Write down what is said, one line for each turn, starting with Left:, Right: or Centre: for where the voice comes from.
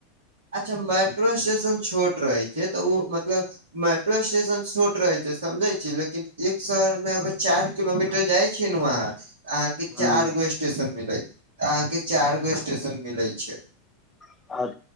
Right: अच्छा मेट्रो स्टेशन छोट रहै छै तऽ उ मतलब मेट्रो स्टेशन छोट रहै छै समझै छीहीं लेकिन एक शहर मे अगर चार किलोमीटर जाइ छिहीं नऽ ऊंहा अहाँके
Left: हूँ
Right: चार गो स्टेशन मिलैत अहाँके चार गो स्टेशन मिलै छै
Left: <unintelligible> हर